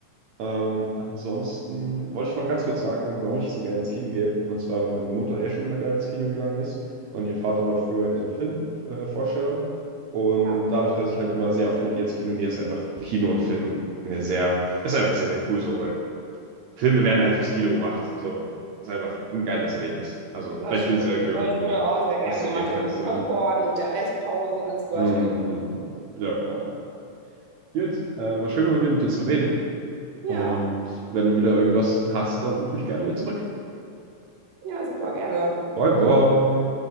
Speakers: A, on the right; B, on the right.
A: Ähm, ansonsten wollte ich noch ganz kurz sagen, warum ich so gerne ins Kino gehe. Und zwar, weil meine Mutter eh schon immer gerne ins Kino gegangen ist und ihr Vater war früher ein Filmvorsteller. Und
B: Ja,
A: dadurch, dass ich halt immer sehr oft mit ihr ins Kino gehe, ist einfach Kino und Film eine sehr, ist einfach sehr, sehr cool so, weil Filme werden halt fürs Kino gemacht. So, ist einfach ein geiles Erlebnis. Also,
B: das
A: vielleicht
B: stimmt.
A: findest du ja irgendjemand
B: Das habe
A: mal
B: ich früher
A: wieder,
B: auch sehr gerne
A: dass du
B: gemacht,
A: gehen
B: dann
A: kannst.
B: mit dem
A: Äh.
B: Popcorn und mit der Eispause und alles gehörte
A: Hm,
B: irgendwie dazu.
A: hm, hm. Ja, ja, ja. Gut, äh, war schön mal wieder mit dir zu reden.
B: Ja.
A: Und wenn du wieder irgendwas hast, dann ruf mich gerne wieder zurück.
B: Ja, super, gerne.
A: Bye, bye.